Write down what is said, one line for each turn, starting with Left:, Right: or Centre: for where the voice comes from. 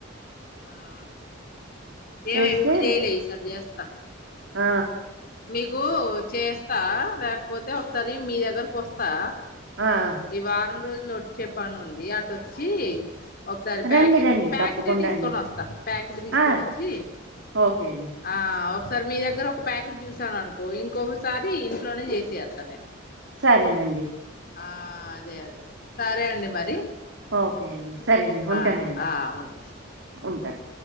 Left: ఆహ ఏమో
Right: వేస్తే
Left: ఎప్పుడు చేయలే ఈసారి చేస్త
Right: ఆ
Left: మీకు చేస్తా లేకపోతే ఒకసారి మీ దగ్గరకు ఒస్తా
Right: ఆ
Left: ఈ వారం రోజులు వచ్చే పని ఉంది అటుొచ్చి ఒకసారి ప్యాకెట్
Right: రండి రండి
Left: ప్యాకెటే
Right: తప్పకుండా
Left: తీసుకొని
Right: అండి
Left: వస్తా ప్యాకెట్ తీస్కొని
Right: ఆ
Left: ఒచ్చి
Right: ఓకే అండి
Left: ఆ ఒకసారి మీ దగ్గర ఒక ప్యాకెట్ చూసాను అనుకో ఇంకొకసారి ఇంట్లోనే చేసేస్తాను నేను
Right: సరేనండి
Left: ఆ అదే అదే సరే అండి మరి
Right: ఓకే అండి సరే అండి ఉంటానండి
Left: ఆ ఆ ఉండు
Right: ఉంటాను